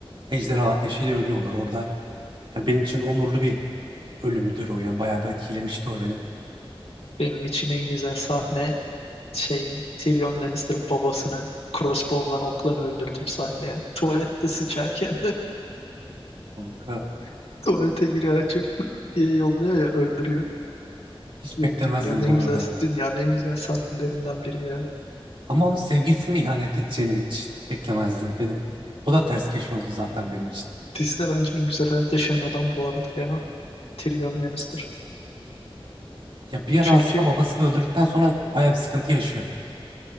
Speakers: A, on the right (about 60°); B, on the left (about 90°).
A: Ejderha ateşiyle ölüyorlar orada. Ya benim için onurlu bir ölümdür o yani bayağı bir etkilemişti o beni.
B: Benim için en güzel sahne şeyin Tyrion Lannister'ın babasını crossbow'lan oklan öldürdüğü sahne ya. Tuvalette sıçarken
A: Kanka
B: <laughs> tuvalete giriyor açıp <laughs> diye yolluyor ya öldürüyor.
A: hiç
B: Diyorum,
A: beklemezdim
B: dünyanın en
A: bu
B: güzel
A: arada.
B: dünyanın en güzel sahnelerinden biri ya.
A: Ama onun sevgilisine ihanet edeceğini hiç beklemezdim benim. O da ters keş oldu zaten benim için.
B: Dizide bence en güzel hayat yaşayan adam bu arada ya. Tyrion Lannister.
A: Ya bir ara
B: Çünkü
A: aslında babasını öldürdükten sonra bayağı bir sıkıntı yaşıyor.